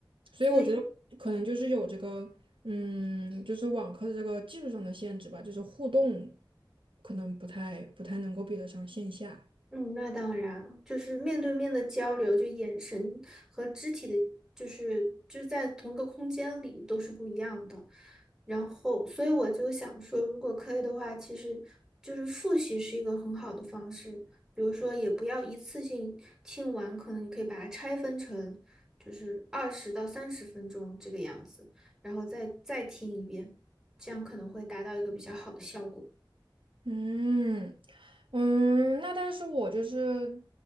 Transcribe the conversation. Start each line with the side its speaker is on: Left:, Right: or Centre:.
Right: 所以我觉得可能就是有这个，
Centre: 所以。
Right: 嗯，就是网课的这个技术上的限制吧，就是互动可能不太不太能够比得上线下。
Centre: 嗯，那当然，就是面对面的交流，就眼神和肢体的，就是就是在同一个空间里都是不一样的。然后，所以我就想说，如果可以的话，其实就是复习是一个很好的方式。比如说，也不要一次性听完，可能你可以把它拆分成就是二十到三十分钟这个样子，然后再再听一遍，这样可能会达到一个比较好的效果。
Right: 嗯嗯，那但是我就是，